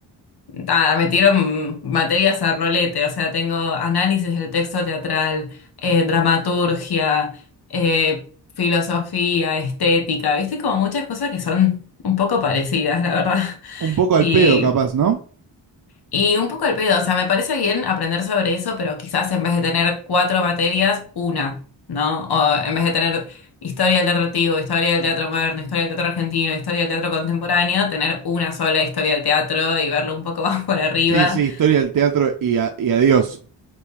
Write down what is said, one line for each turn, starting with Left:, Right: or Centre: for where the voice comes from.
Left: Nada, me tiro mm, materias a rolete, o sea, tengo análisis del texto teatral, eh, dramaturgia, eh, filosofía, estética, viste, como muchas cosas que son un poco parecidas, la verdad. <laughs>
Right: Un poco al
Left: Y,
Right: pedo, capaz, ¿no?
Left: y un poco el pedo, o sea, me parece bien aprender sobre eso, pero quizás en vez de tener cuatro materias, una, ¿no? O en vez de tener historia del teatro antiguo, historia del teatro moderno, historia del teatro argentino, historia del teatro contemporáneo, tener una sola historia del teatro y verlo un poco <laughs> más por arriba.
Right: Sí, sí, historia del teatro y, a- y adiós.